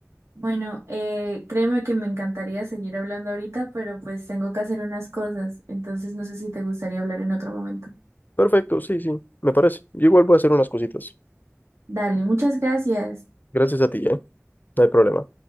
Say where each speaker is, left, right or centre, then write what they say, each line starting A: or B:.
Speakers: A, on the right; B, on the left.
A: Bueno, eh, créeme que me encantaría seguir hablando ahorita, pero pues tengo que hacer unas cosas, entonces no sé si te gustaría hablar en otro momento.
B: Perfecto, sí, sí, me parece. Yo igual voy a hacer unas cositas.
A: Dale, muchas gracias.
B: Gracias a ti, ¿eh? No hay problema.